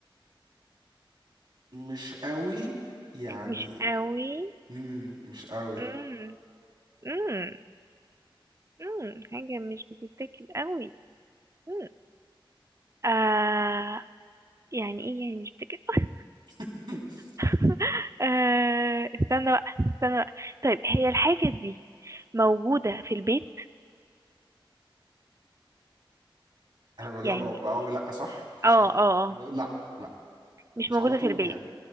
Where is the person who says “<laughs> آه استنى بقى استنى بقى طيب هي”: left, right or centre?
Right